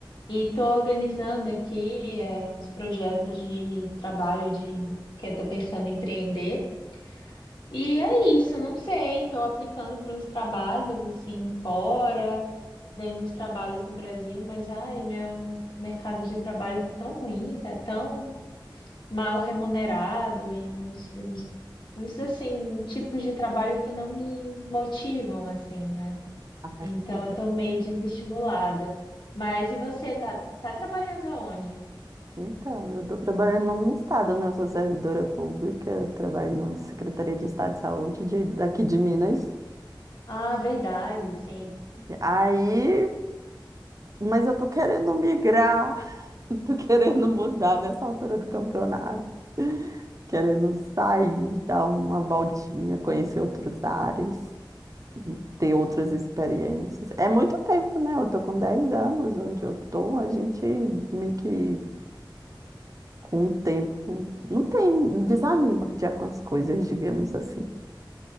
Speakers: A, on the left; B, on the right.
A: e tô organizando aqui, é, uns projetos de trabalho de que eu tô pensando em empreender. E é isso, não sei, estou aplicando para uns trabalhos assim fora, vendo uns trabalhos no Brasil, mas ai, meu mercado de trabalho tá tão ruim, tá tão mal remunerado e uns, uns, uns, assim, tipos de trabalho que não me motivam assim, né?
B: Ai,
A: Então
B: bom,
A: eu tô meio desestimulada. Mas e você, tá, tá trabalhando aonde?
B: então, eu tô trabalhando no estado, né? Eu sou servidora pública, eu trabalho na Secretaria de Estado de Saúde de- daqui de Minas.
A: Ah, verdade, sim.
B: Aí, mas eu tô querendo migrar, <laughs> tô querendo mudar nessa altura do campeonato, querendo sair, dar uma voltinha, conhecer outros ares. ter outras experiências. É muito tempo, né? Eu tô com 10 anos onde eu tô, a gente meio que com o tempo não tem, desanima de algumas coisas, digamos assim.